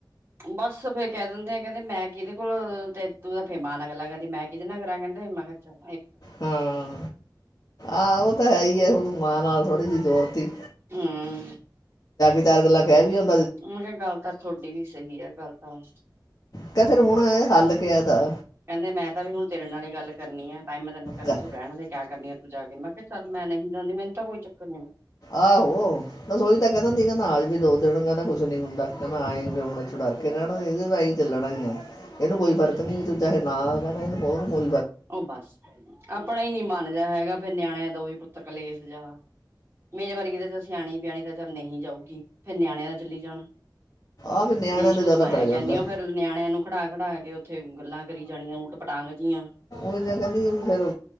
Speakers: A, on the right (about 30°); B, on the left (about 50°).
A: ਬਸ ਫੇਰ ਕਹਿ ਦਿੰਦੇ ਆ ਕਹਿੰਦੇ ਮੈਂ ਕਿ ਇਹਦੇ ਕੋਲ ਤੂੰ ਤਾਂ ਫੇ ਮਾਂ ਨਾਲ ਗੱਲਲਾ ਕਹਦੀੈਂ ਕਿਹਦੇ ਨਾਲ ਕਰਾਂ ਕਹਿੰਦੇ ਮਾ ਖਰਾ
B: ਹਾਂ ਆਹ ਉਹ ਤਾਂ ਹੈ ਹੀ ਹੈ ਹੁਣ ਮਾਂ ਨਾਲ ਥੋੜਾ ਜ ਜੋੋਰਤੀ
A: ਹਾਂ।
B: ਚਾਰ ਗੱਲਾਂ ਕਹਿ ਵੀ ਹੁੰਦਾ
A: ਮ ਕਿਹਾ ਗੱਲ ਤਾਂ ਤੁਹਾਡੀ ਵੀ ਸਹੀ ਆ ਗੱਲਤ ਹਾਂ
B: ਤੇ ਫੇਿਰ ਹੁਣ ਇਹ ਹੱਲ ਕ ਇਹਦਾ
A: ਕਹਿੰਦੇ ਮੈਂ ਤਾਂ ਵੀ ਹੁਣ ਤੇਰੇ ਨਾਲ ਹੀ ਗੱਲ ਕਰਨੀ ਆ। ਟਾਈਮ ਤਨੂੰ ਇਹ ਤ
B: ਕ-
A: ਰਹਿ ਦਾ ਹੀ। ਕਿਆ ਕਰਨੀ ਆ ਤੂੰ ਜਾ ਕੇ ਮੈਂ ਕਿਹਾ ਚ ਮੈਂ ਨਹੀਂ ਜਾਂਦੀ ਮੈਨੂੰ ਤਾਂ ਕੋਈ ਚੱਕਰ ਨੀ ਮੈਂ।
B: ਆਹੋ ਰਸੋਹੀ ਤਾਂ ਕਹਿੰਦਾ ਸੀੀ ਅਜ ਵੀ ਦੋ ਦਿਨ ਕਹਿੰਦਾ ਕੁਛ ਨੀ ਹੁੰਦਾ। ਕਹਿੰਦਾ ਆਏਂ ਹ ਚੁਡਰ ਕੇ ਰਹਿਣਾ ਇਹਦੇ ਤਾਂਹੀ ਚੱਲਣਾ ਹੀ ਆਏ ਇਹਨੂੰ ਕੋਈ ਫਰਕ ਨੀ ਤੂੰ ਚਾਹੇ ਨਾ ਕਹਿੰਦਾ ਇਹਨੂੰ ਉਹਨੂੰ ਕੋ।
A: ਉਹ ਬਸ ਆਪਣਾ ਹੀ ਨੀ ਮਨ ਜਾਹਾ ਹੈਗਾ ਫੇਿਰ ਨਿਆਣਿਆਂ ਦਾ ਉਹੀ ਪੁੱਤ ਕ ਲੇਸ ਜਹਾ ਮੇਰੇ ਵਰਗੀ ਦਾ ਚ ਸਿਆਣੀ ਵਿਆਣੀ ਦਾ ਗੱਲ ਨਹੀਂ ਜਾਊਗੀ ਫੇਿਰ ਨਿਆਣੇ ਦਾ ਚੱਲੀ ਜਾਣਾ
B: ਆ ਵੀ ਨਿਆਣਿਆਂ
A: ਦੇਸ਼ੋ
B: ਤੋਂ ਜ਼ਿਆਦਾ
A: ਤੂੰ ਐਂ
B: ਪੈ ਜਾਂਦਾ
A: ਕਹਿੰਦੇ ਫੇਰ ਨਿਆਣਿਆਂ ਨੂੰ ਖੜਾ ਖੜਾ ਕੇ ਉੱਥੇ ਗੱਲਾਂ ਕਰੀ ਜਾਣੀਆਂ ਉਲਟ ਪਟਾਗ ਜਆਂ।
B: ਹੀ ਤਾਂ ਕਹਿੰਦੀ ਫੇਿਰ